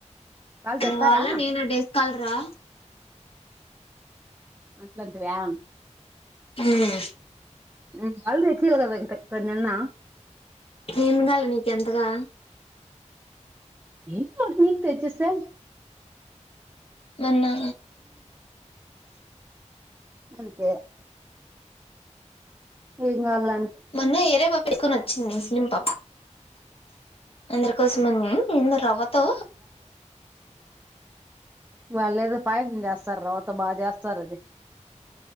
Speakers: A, on the right; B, on the left.
A: వాళ్ళు తెస్తారా
B: వాల నేనా డేస్ కాల్ రా
A: అట్లాంటివా
B: హుమ్
A: హు ఆల్ తె <unintelligible> ఒక్కడ్నన్న
B: ఏంగాలి నీకెంతగా
A: <unintelligible> నీకు తెచ్చిసార్
B: మన్నా
A: అంతే ఎన్ గాల్ల
B: మన్న ఏరే పాప ఎత్తుకొని వచ్చింది నింప అందరి కోసమనిమ్ ఏందో రవ్వతో
A: వాళ్లేదో పాయసం చేస్తారు. రవ్వతో బాగా చేస్తారు. అది